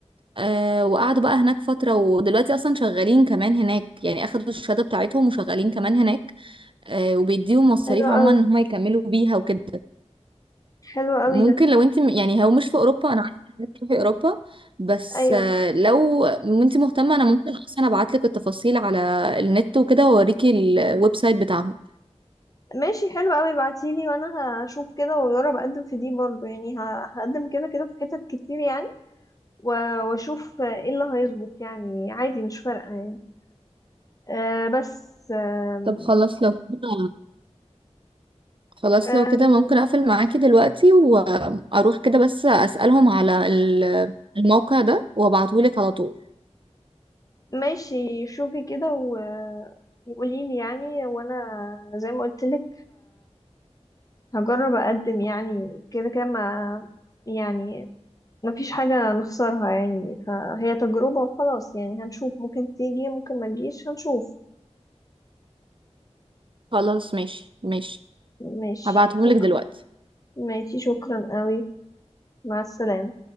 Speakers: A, on the right; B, on the left.
A: آه وقعدوا بقى هناك فترة ودلوقتي أصلا شغالين كمان هناك يعني أخدوا الشهادة بتاعتهم وشغالين كمان هناك آه وبيديهم مصاريف
B: حلو
A: عموما
B: قوي
A: إن هما يكملوا بيها وكده
B: حلو قوي
A: ممكن
B: ده
A: لو أنت م- يعني هو مش في أوروبا أنا عارفة إنك تروحي أوروبا بس
B: ايوه
A: آه لو أنت مهتمة أنا ممكن أصلا أبعتلك التفاصيل على النت وكده وأوريكي الويب سايت بتاعهم
B: ماشي حلو قوي ابعتيلي وانا هشوف كده واجرب اقدم في دي برضه يعني ه- هقدم كده كده في حتت كتير يعني و- واشوف ايه اللي هيظبط يعني عادي مش فارقة يعني آه بس آم
A: طب خلاص لو كده خلاص
B: آم
A: لو كده ممكن أقفل معاكي دلوقتي وأروح كده بس أسألهم على ال- الموقع ده وأبعتهولك على طول
B: ماشي شوفي كده و- وقوليلي يعني وانا زي ما قلت لك هجرب اقدم يعني كده كده ما يعني ما فيش حاجة نخسرها يعني فهي تجربة وخلاص يعني هنشوف ممكن تيجي ممكن ما تجيش هنشوف
A: خلاص ماشي ماشي
B: ماشي
A: هبعتهم
B: شكرا
A: لك دلوقتي
B: ماشي شكرا قوي مع السلامة